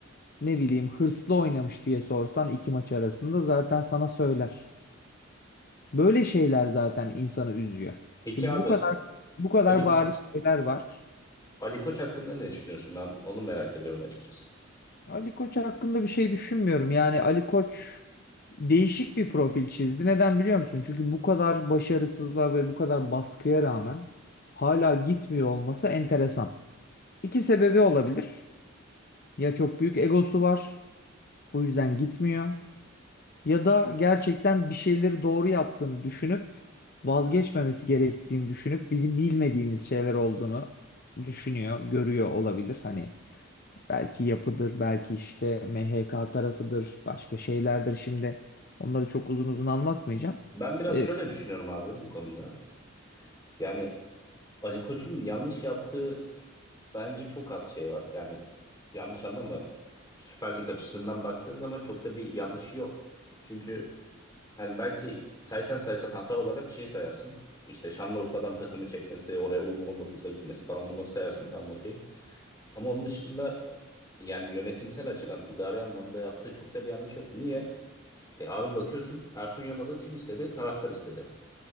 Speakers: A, on the left; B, on the left.
A: ne bileyim hırslı oynamış diye sorsan iki maç arasında zaten sana söyler. Böyle şeyler zaten insanı üzüyor.
B: Peki
A: Şimdi
B: abi
A: bu kadar bu kadar
B: Ali, Ko-
A: bariz şeyler var.
B: Ali Koç hakkında ne düşünüyorsun? Ben onu merak ediyorum açıkçası.
A: Ali Koç hakkında bir şey düşünmüyorum. Yani Ali Koç değişik bir profil çizdi. Neden biliyor musun? Çünkü bu kadar başarısızlığa ve bu kadar baskıya rağmen hala gitmiyor olması enteresan. İki sebebi olabilir. Ya çok büyük egosu var, bu yüzden gitmiyor. Ya da gerçekten bir şeyleri doğru yaptığını düşünüp vazgeçmemesi gerektiğini düşünüp bizim bilmediğimiz şeyler olduğunu düşünüyor, görüyor olabilir. Hani Belki yapıdır, belki işte MHK tarafıdır, başka şeylerdir şimdi. Onları çok uzun uzun anlatmayacağım.
B: Ben biraz
A: E,
B: şöyle düşünüyorum abi bu konuda. Yani Ali Koç'un yanlış yaptığı bence çok az şey var. Yani yanlış anlama Süper Lig açısından baktığın zaman çok da bir yanlışı yok. Çünkü hani belki saysan saysan hata olarak şey sayarsın. İşte Şanlıurfa'dan takımı çekmesi, oraya U19'a gitmesi falan bunları sayarsın tamam okey. Ama onun dışında yani yönetimsel açıdan idari anlamda yaptığı çok da bir yanlış yok. Niye? E abi bakıyorsun Ersun Yanal'ı kim istedi? Taraftar istedi.